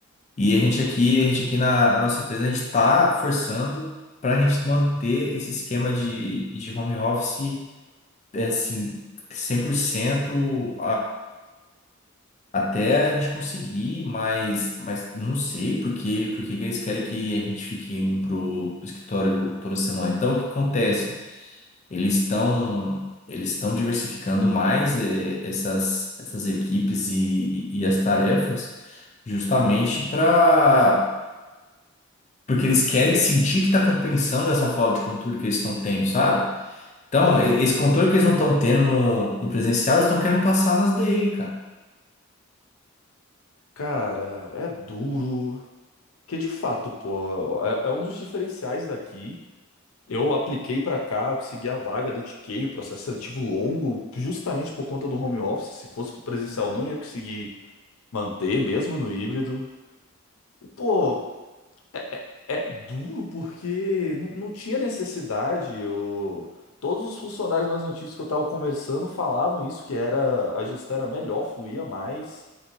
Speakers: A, on the left; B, on the left.
A: E a gente aqui, a gente aqui na, na nossa empresa, a gente está forçando para a gente manter esse esquema de, de home office, é, assim, 100% até a gente conseguir, mas, mas não sei por quê, por que que eles querem que a gente fique indo pro, pro escritório toda semana. Então, o que acontece? Eles estão eles estão diversificando mais eh, essas, essas equipes e, e, e as tarefas, justamente para porque eles querem sentir que está compensando essa falta de controle que eles estão tendo, sabe? Então, e- esse controle que eles não estão tendo no, no presencial, eles estão querendo passar nas DI, cara.
B: Cara, é duro. Que de fato, pô, é, é um dos diferenciais daqui. Eu apliquei pra cá, consegui a vaga, dediquei o processo seletivo longo, justamente por conta do home office. Se fosse pro presencial, não ia conseguir manter, mesmo no híbrido. E, pô, é, é- é duro porque não, não tinha necessidade. Eu... Todos os funcionários mais antigos que eu tava conversando falavam isso, que era a gestão era melhor, fluía mais.